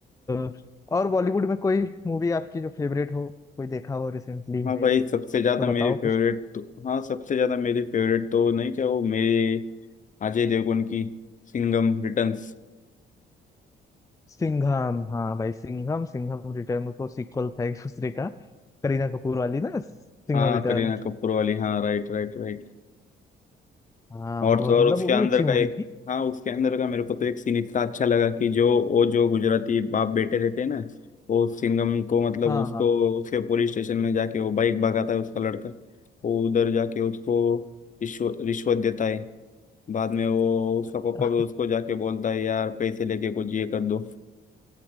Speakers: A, on the left; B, on the left.
A: अ, और बॉलीवुड में कोई मूवी आपकी जो फेवरेट हो कोई देखा हो रिसेंटली में
B: हाँ भाई सबसे ज्यादा
A: तो बताओ
B: मेरी फेवरेट
A: कुछ
B: तो हाँ सबसे ज्यादा मेरी फेवरेट तो नहीं क्या वो मेरे अजय देवगन की सिंघम रिटर्न्स
A: सिंघम हाँ भाई सिंघम सिंघम रिटर्न तो सीक्वल था एक दूसरे का करीना कपूर वाली ना सिंघम
B: हाँ
A: रिटर्न।
B: करीना कपूर वाली हाँ राइट राइट राइट
A: हाँ
B: और
A: बहुत
B: तो और
A: मतलब
B: उसके
A: वो
B: अंदर
A: भी अच्छी मूवी
B: का एक
A: थी
B: हाँ उसके अंदर का मेरे को तो एक सीन इतना अच्छा लगा कि जो वो जो गुजराती बाप बेटे रहते हैं ना वो सिंघम को मतलब
A: हाँ
B: उसको
A: हाँ
B: उसके पुलिस स्टेशन में जाके वो बाइक भगाता है उसका लड़का वो उधर जाके उसको रिश्वत रिश्वत देता है बाद में वो उसका पापा
A: हाँ
B: भी उसको जाके बोलता है यार पैसे लेके कुछ ये कर दो